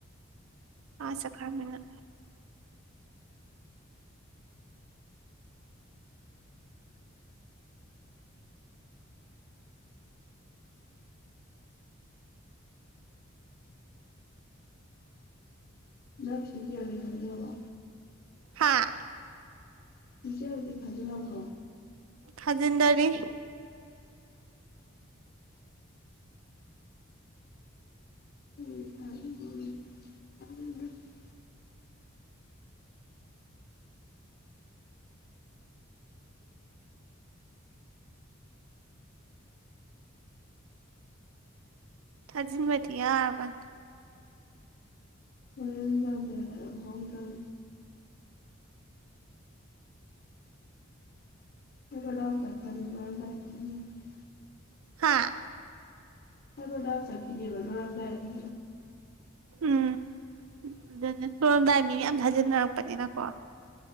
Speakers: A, on the right; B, on the left.
A: ꯑꯥ ꯆꯠꯈꯔꯕꯅꯤꯅ
B: ꯅꯪ ꯁꯤ ꯌꯥꯢ ꯐꯪꯗꯣꯔꯕꯣ
A: ꯍꯥꯥ
B: ꯏꯆꯦ ꯍꯨꯖꯤꯛ ꯐꯥꯖꯤꯟꯂꯕꯣ
A: ꯍꯖꯤꯟꯅꯔꯤ
B: <unintelligible>
A: ꯊꯥꯖꯤꯟꯕꯗꯤ ꯌꯥꯔꯕꯅꯤ
B: ꯍꯣꯔꯦꯟ ꯗꯥꯡꯗ <unintelligible> <unintelligible>
A: ꯍꯥꯥ
B: <unintelligible> ꯆꯠꯅꯤꯡꯗꯦꯕ ꯂꯣꯢꯔꯝꯗꯥꯢ <unintelligible>
A: ꯎꯝ ꯑꯗꯨꯅꯦ ꯂꯣꯏꯔꯝꯗꯥꯏ ꯃꯤꯌꯥꯝ ꯊꯥꯖꯤꯟꯅꯔꯛꯄꯅꯤꯅꯀꯣ